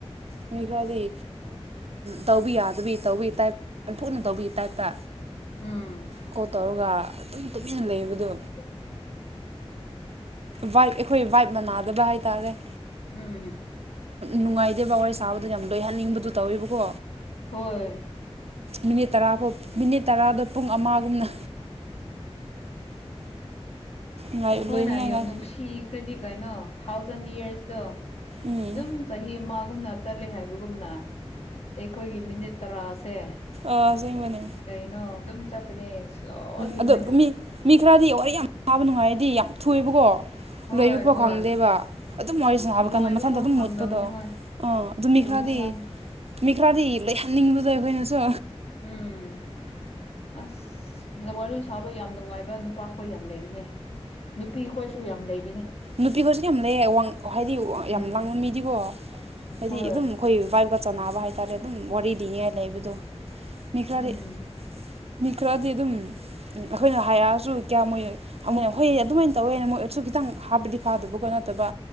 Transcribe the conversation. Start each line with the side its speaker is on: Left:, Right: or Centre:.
Right: ꯃꯤ ꯈꯔꯗꯤ ꯇꯧꯕꯤ ꯌꯥꯗꯕꯤ ꯇꯧꯕꯒꯤ ꯇꯥꯏꯞ ꯌꯥꯝꯊꯨꯅ ꯇꯧꯕꯒꯤ ꯇꯥꯏꯞꯇ
Left: ꯎꯝ
Right: ꯀꯣꯜ ꯇꯧꯔꯒ ꯑꯗꯨꯝ ꯇꯨꯃꯤꯟꯅ ꯂꯩꯕꯗꯣ
Left: ꯑ
Right: ꯋꯥꯏꯞ ꯑꯩꯈꯣꯏ ꯋꯥꯏꯞ ꯃꯅꯥꯗꯕ ꯍꯥꯏꯇꯥꯔꯦ
Left: ꯎꯝꯝ
Right: ꯅꯨꯡꯉꯥꯏꯇꯦ ꯕ ꯋꯥꯔꯤ ꯁꯥꯕꯗꯨ ꯌꯥꯝ ꯂꯣꯏꯍꯟꯅꯤꯡꯕꯗꯨ ꯇꯧꯋꯦꯕꯀꯣ
Left: ꯍꯣꯏ
Right: ꯃꯤꯅꯤꯠ ꯇꯔꯥꯐꯥꯎ ꯃꯤꯅꯤꯠ ꯇꯔꯥꯗꯣ ꯄꯨꯡ ꯑꯃꯒꯨꯝꯅ ꯉꯥꯏ
Left: ꯑꯩꯈꯣꯏꯅ
Right: ꯂꯣꯏꯅꯤꯡꯉꯥꯏ
Left: ꯌꯥꯝ
Right: ꯉꯥꯏ
Left: ꯅꯨꯡꯁꯤ ꯐꯤ ꯈ꯭ꯔꯗꯤ ꯀꯥꯏꯩꯅꯣ ꯊꯥꯎꯖꯟ ꯌꯔꯁꯇꯣ
Right: ꯎꯝ
Left: ꯑꯗꯨꯝ ꯆꯍꯤ ꯑꯃꯒꯨꯝꯅ ꯆꯠꯂꯤ ꯍꯥꯏꯕꯒꯨꯝꯅ ꯑꯩꯈꯣꯏꯒꯤ ꯃꯤꯅꯤꯠ ꯇꯔꯥꯁꯦ
Right: ꯑꯁ ꯅ
Left: ꯀꯔꯤꯅꯣ ꯑꯗꯨꯝ ꯆꯠꯄꯅꯦ ꯏꯁꯂꯣꯂꯤ
Right: ꯑꯗꯣ
Left: ꯍꯣꯏꯅ
Right: ꯃꯤ ꯃꯤ ꯈꯔꯗꯤ ꯋꯥꯔꯤ ꯌꯥꯝ ꯁꯥꯥꯕ ꯅꯨꯡꯉꯥꯏꯔꯗꯤ ꯌꯥꯝ ꯊꯨꯑꯕꯀꯣ
Left: ꯍꯣꯏ
Right: ꯂꯣꯏꯕ ꯐꯥꯎ
Left: ꯍꯣꯏ
Right: ꯈꯪꯗꯦꯕ ꯑꯗꯨꯝ ꯑꯣꯏꯔꯤꯁꯅ
Left: ꯑꯁ
Right: ꯍꯥꯏꯕ
Left: ꯂꯣꯏꯕ
Right: ꯀꯥꯟꯗ ꯃꯊꯪꯗ
Left: ꯐꯥꯎ
Right: ꯑꯗꯨꯝ
Left: ꯈꯪꯗꯕꯅꯦ
Right: ꯃꯨꯠꯄꯗꯣ
Left: ꯍꯣꯏ
Right: ꯑꯣ ꯑꯗꯨ ꯃꯤꯈ꯭ꯔꯥꯗꯤ
Left: ꯆꯨꯝꯃꯦ ꯅꯪ
Right: ꯃꯤꯈ꯭ꯔꯥꯗꯤ ꯂꯩꯍꯟꯅꯤꯡꯕꯗꯣ ꯑꯩꯈꯣꯏꯅꯁꯨ
Left: ꯎꯝ ꯑꯁ ꯑꯗ ꯋꯥꯔꯤ ꯁꯥꯕ ꯌꯥꯝ ꯅꯨꯡꯉꯥꯏꯕ ꯅꯨꯄꯥꯈꯣꯏ ꯌꯥꯝꯅ ꯂꯩꯕꯅꯦ ꯅꯨꯄꯤꯈꯣꯏꯁꯨ ꯌꯥꯝ ꯂꯩ
Right: ꯅꯨꯄꯤꯒꯁꯨ ꯀꯌꯥꯝ ꯂꯩꯌꯦ ꯋꯥꯡ ꯍꯥꯏꯗꯤ ꯌꯥꯝ
Left: ꯎꯝ
Right: ꯂꯥꯡꯕ ꯃꯤꯗꯤꯀꯣ ꯍꯥꯏꯗꯤ
Left: ꯍꯣꯏ
Right: ꯑꯗꯨꯝ ꯑꯩꯈꯣꯏꯚꯏ ꯆꯅꯕ ꯍꯥꯏꯇꯥꯔꯦ ꯑꯗꯨꯝ ꯋꯥꯔꯤ ꯂꯤꯉꯥꯏ ꯂꯩꯕꯗꯣ ꯃꯤ ꯈꯔꯗꯤ
Left: ꯎꯝ
Right: ꯃꯤ ꯈꯔꯗꯤ ꯑꯗꯨꯝ ꯑꯩꯈꯣꯏꯅ ꯍꯥꯏꯔꯛꯑꯁꯨ ꯀꯌꯥꯝꯃꯣꯏꯅ ꯍꯣꯏ ꯑꯗꯨꯃꯥꯏꯅ ꯇꯧꯋꯦꯅꯦ ꯃꯣꯏ ꯑꯗꯨꯠꯁꯨ ꯈꯤꯇꯪ ꯍꯥꯞꯄꯗꯤ ꯐꯥꯗꯕꯀꯣ ꯅꯠꯇꯕ